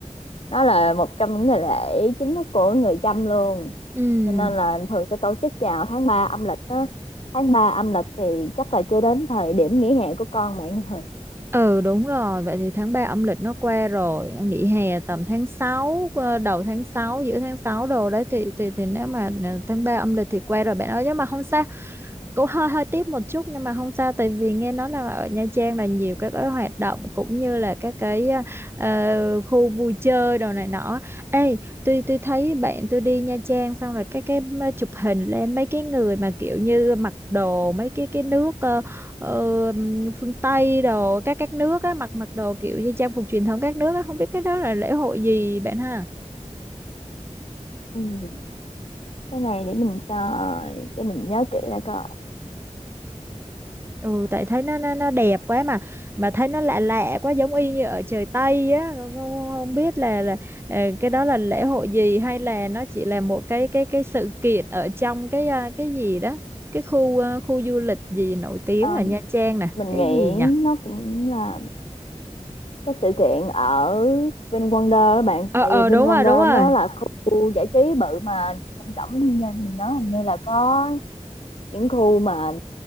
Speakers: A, on the left; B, on the right.
A: nó là một trong những ngày lễ chính thức của người Chăm luôn
B: ừ
A: cho nên là thường sẽ tổ chức vào tháng 3 âm lịch á tháng 3 âm lịch thì chắc là chưa đến thời điểm nghỉ hè của con bạn rồi
B: ừ đúng rồi vậy thì tháng 3 âm lịch nó qua rồi nghỉ hè tầm tháng sáu ờ, đầu tháng sáu giữa tháng 6 đồ đấy thì thì thì nếu mà ờ, tháng 3 âm lịch thì qua rồi bạn ơi nhưng mà không sao cũng hơi hơi tiếc một chút nhưng mà không sao tại vì nghe nói là ở Nha Trang là nhiều các cái hoạt động cũng như là các cái ờ, ờ, khu vui chơi đồ này nọ ê tôi tôi thấy bạn tôi đi Nha Trang xong rồi cái cái ờ, chụp hình lên mấy cái người mà kiểu như mặc đồ mấy cái cái nước ờ, ờ, phương Tây đồ các các nước á mặc mặc đồ kiểu như trang phục truyền thống các nước á không biết cái đó là lễ hội gì bạn ha
A: Ừ. cái này để mình coi để mình nhớ kỹ lại coi
B: ừ tại thấy nó nó nó đẹp quá mà mà thấy nó lạ lạ quá giống y như ở trời Tây á không, không không biết là là ờ, cái đó là lễ hội gì hay là nó chỉ là một cái cái cái sự kiện ở trong cái à, cái gì đó cái khu à, khu du lịch gì nổi tiếng
A: Ờ,
B: ở Nha Trang nè
A: mình
B: cái
A: nghĩ
B: gì nhỉ
A: nó cũng là cái sự kiện ở VinWonder đó bạn
B: ờ
A: tại
B: ờ
A: vì
B: đúng
A: VinWonder
B: rồi đúng rồi
A: nó là khu giải trí bự mà trong trọng như mình nhớ hình như là có những khu mà